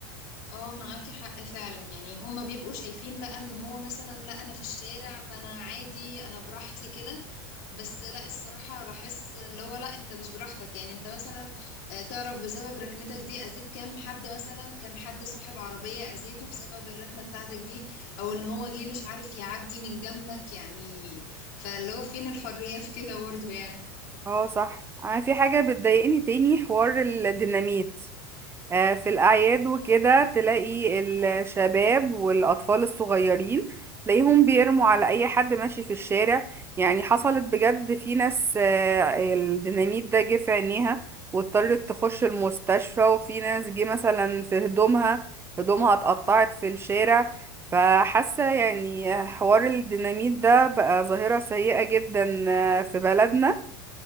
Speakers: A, on the left; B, on the right.
A: اه معاكي حق فعلا يعني هما بيبقوا شايفين بقى ان هو مثلا لا انا في الشارع فانا عادي انا براحتي كده بس لا الصراحة بحس اللي هو لا انت مش براحتك يعني انت مثلا آه، تعرف بسبب ركنتك دي اذيت كام حد مثلا كام حد صاحب عربية اذيته بسبب الركنة بتاعتك دي او ان هو جه مش عارف يعدي من جنبك يعني فاللي هو فين الحرية في كده برضه يعني
B: اه صح أنا في حاجة بتضايقني تاني حوار الديناميت آه، في الأعياد وكده تلاقي الشباب والأطفال الصغيرين تلاقيهم بيرموا على أي حد ماشي في الشارع يعني حصلت بجد في ناس آه، الديناميت ده جه في عينيها واضطرت تخش المستشفى وفي ناس جه مثلا في هدومها هدومها اتقطعت في الشارع فحاسة يعني حوار الديناميت ده بقى ظاهرة سيئة جدا آه، في بلدنا